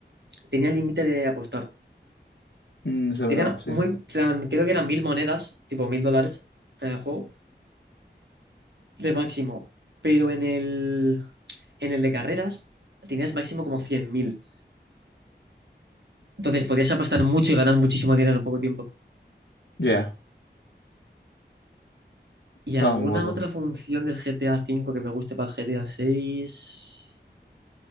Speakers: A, on the right (about 70°); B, on the left (about 75°).
A: tenía límite de apostar.
B: Mm, eso es
A: Tenía
B: verdad, sí.
A: muy plan, creo que eran mil monedas, tipo mil dólares en el juego, de máximo. Pero en el, en el de carreras tenías máximo como 100.000. Entonces podías apostar mucho y ganar muchísimo dinero en poco tiempo.
B: Ya,
A: ¿Y
B: Estaba
A: alguna
B: muy guapo.
A: otra función del GTA V que me guste para el GTA VI?